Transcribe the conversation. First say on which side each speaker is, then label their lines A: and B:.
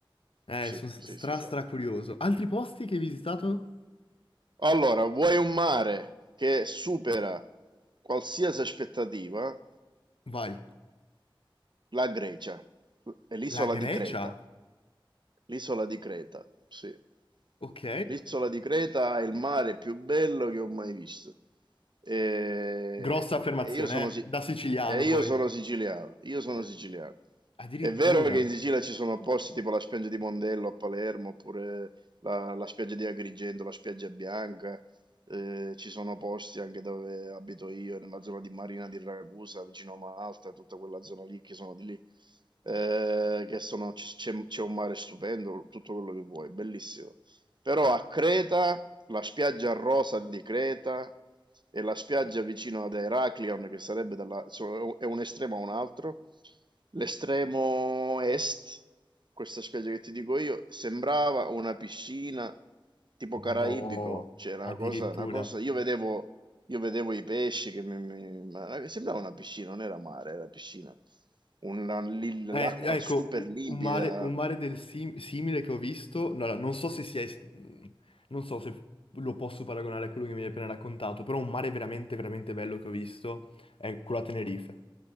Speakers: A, on the left; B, on the right.
A: eh,
B: sì,
A: sono stra
B: sì, sì, sì.
A: stra curioso. Altri posti che hai visitato?
B: Allora, vuoi un mare che supera qualsiasi aspettativa?
A: Vai.
B: La Grecia, e l'isola
A: La Grecia,
B: di Creta, l'isola di Creta, sì.
A: ok?
B: L'isola di Creta è il mare più bello che ho mai visto. E,
A: Grossa affermazione,
B: e io sono, si-
A: eh? Da siciliano
B: e io
A: poi.
B: sono siciliano, io sono
A: Eh,
B: siciliano.
A: Addirittura,
B: È vero che in Sicilia ci sono posti tipo la spiaggia di Mondello a Palermo, oppure la, la spiaggia di Agrigento, la spiaggia bianca, eh, ci sono posti anche dove abito io, nella zona di Marina di Ragusa, vicino a Malta, tutta quella zona lì che sono di lì, eh, che sono, ci- c'è c'è un mare stupendo, tutto quello che vuoi, bellissimo. Però a Creta, la spiaggia rosa di Creta e la spiaggia vicino ad Heraklion, che sarebbe dalla, so- è un estremo a un altro. L'estremo est, questa spiaggia che ti dico io, sembrava una piscina tipo caraibico,
A: madò,
B: cioè una
A: addirittura.
B: cosa, una cosa, io vedevo, io vedevo i pesci che mi, mi- ma sembrava una piscina, non era mare, era piscina, Una- lì
A: Eh,
B: l'acqua
A: ecco,
B: super
A: u-
B: limpida.
A: un mare, un mare del sim- simile che ho visto, no, no, non so se sia, es- mhmm, non so se lo posso paragonare a quello che mi hai appena raccontato, però un mare veramente, veramente bello che ho visto è quello a Tenerife,